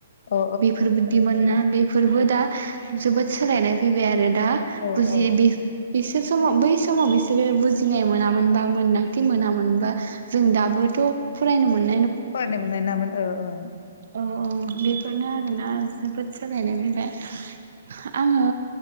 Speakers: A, on the left; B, on the right.
A: औ
B: बेफोर बिबदिमोन ना बे बेफोरबो दा जोबोद सोलायनाय फैबाय आरो दा
A: औ
B: बुजियो
A: औ
B: बि बिसोर समाव बैस बै समाव बिसोर बुजिनाय मो ना‌ मोनबा मोनदांथि मोनामोनबा जों दाबोथ फरायनो मोन
A: पो मोननाय नामोन ओ ओ
B: औ औ बेखौनो आरोना जोबोद सोलायनाय फैबाय आङो